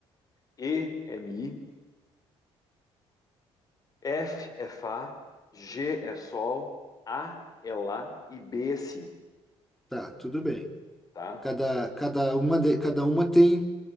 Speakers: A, on the left (about 35°); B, in the centre.
A: E é mi, F é fá, G é sol, A é lá e B é si,
B: tá, tudo bem.
A: tá?
B: Cada, cada uma, de- cada uma tem,